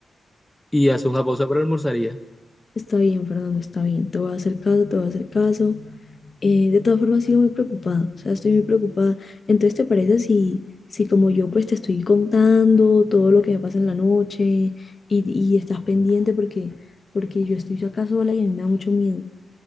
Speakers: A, in the centre; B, on the left (about 30°).
A: y haces una pausa para almorzar y ya.
B: está bien, Fernando, está bien. Te voy a hacer caso, te voy a hacer caso. Eh, de todas formas, sigo muy preocupada, o sea, estoy muy preocupada. Entonces, ¿te parece si, si como yo, pues te estoy contando todo lo que me pasa en la noche y, y estás pendiente porque, porque yo estoy acá sola y a mí me da mucho miedo?